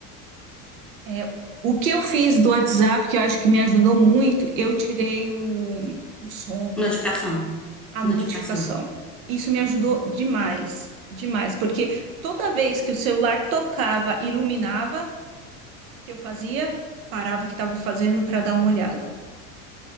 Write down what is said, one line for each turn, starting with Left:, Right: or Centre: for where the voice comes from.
Right: É, o o que eu fiz do WhatsApp, que eu acho que me ajudou muito, eu tirei o, o som.
Centre: <laughs> Notificação.
Right: a
Centre: Notificação.
Right: notificação. Isso me ajudou demais, demais, porque toda vez que o celular tocava, iluminava, o que eu fazia, parava o que estava fazendo para dar uma olhada.